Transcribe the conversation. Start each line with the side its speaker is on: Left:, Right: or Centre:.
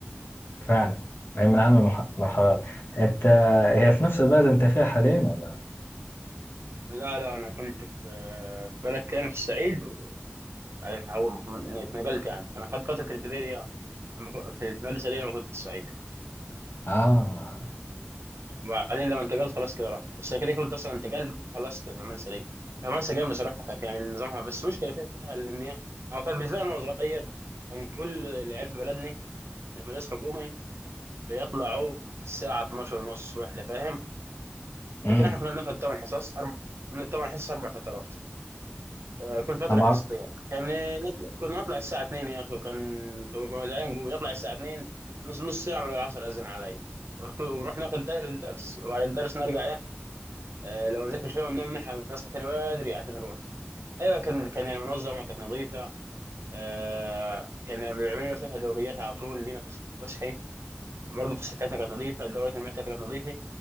Left: فعلا هي من أهم المرحلات أنت هي في نفس البلد أنت فيها حاليا ولا؟
Right: لا لا انا كنت في في بلد تاني في الصعيد و... يعني حاول- اتنقلت يعني انا خدت فتره الابتدائي دي يعني لما كنت- في المدرسه دي لما كنت في الصعيد
Left: آه
Right: وبعدين لما انتقلت خلاص كده راح بس كده كنت اصلا انتقلت خلصت في المدرسه دي المدرسه جامده صراحه كانت يعني نظامها بس مشكله فيها ان هي او كان بالنسبه لي انا صغير كان كل العيال في بلدنا اللي في مدرسه حكومي بيطلعوا الساعه 12 ونص واحده فاهم
Left: امم
Right: لكن احنا كنا بناخد ثمان حصص اربع من الثمان حصص اربع فترات آه، كل فترة
Left: انا معروف
Right: حصتين كان نطلع كنا نطلع الساعة 2 يا أخي وكان طبعا زعلان نقول نطلع الساعة 2 نص نص ساعة من العصر أذن علي ونكون- ونروح ناخذ دار الدرس وبعد الدرس نرجع يا آه، لو نذاكر شوية وننام نح- نصحى تاني بدري عشان نروح أيوة كان كان يعني منظمة كانت نظيفة آه، كان بيعملوا لنا فيها دوريات على طول لينا في الصبح صحي برضه تصحيحاتنا كانت نظيفة الدورات المياه بتاعتنا كانت نظيفة